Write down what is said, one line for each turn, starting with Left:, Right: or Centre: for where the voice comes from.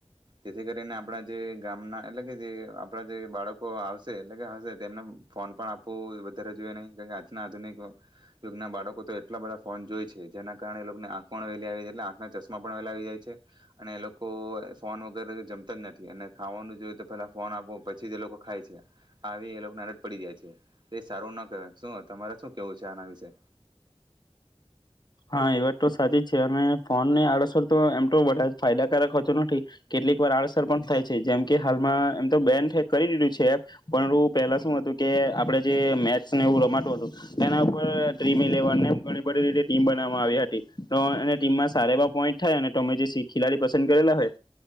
Right: જેથી કરીને આપણા જે ગામના એટલે કે જે આપણા જે બાળકો આવશે એટલે કે હશે તેમને ફોન પણ આપવું વધારે જોઈએ નહીં કારણ આજના આધુનિક યુગના બાળકો તો એટલા બધા ફોન જોય છે જેના કારણે એ લોકોને આંખ પણ વહેલી આવીાય છે એટલે આંખ ના ચશ્મા પણ વહેલા આવી જાય છે અને એ લોકો ફોન વગેરે જમતા જ નથી અને ખાવાનું જો તો પેલા ફોન આપો પછી જે લોકો ખાય છે આવી એ લોકોને અરજ પડી જાય છે સારું ના કહેય શું તમારે શું કેવું છે આના વિશે
Left: હા એ વાત તો સાચી છે અને ફોન ની આડઅસર તો એમ તોધ ફાયદાકારકતો નથી કેટલીક વાર આડઅસર પણ થાય છે જેમ કે હાલમાં એમ તો બેન કરી દીધું છે એપ પણ પહેલા શું હતું કે આપડે જે મેચને એવું રમાતું હતું તેના ઉપર ડ્રીમ ઈ લેવનને બધ રીતે ટીમ બનાવામાં આવી હતી તો એ ટીમમાં સારા એવા પોઈન્ટ થાય અને તમે જે ખેલાડી પસંદ કરેલા હોય